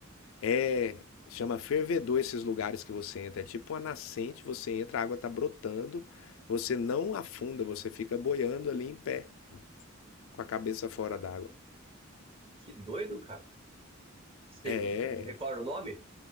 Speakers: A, on the left; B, on the right.
A: é chama fervedor esses lugares que você entra, é tipo uma nascente, você entra, a água tá brotando, você não afunda, você fica boiando ali em pé, com a cabeça fora
B: Caramba.
A: d'água.
B: Que doido, cara. Você
A: É,
B: não recorda o nome?